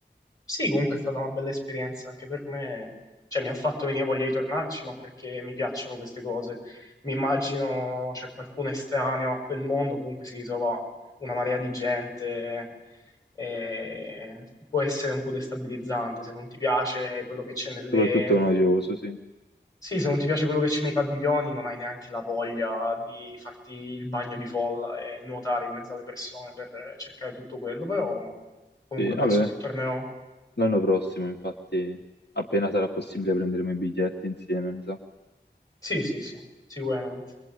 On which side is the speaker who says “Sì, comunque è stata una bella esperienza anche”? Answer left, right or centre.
Left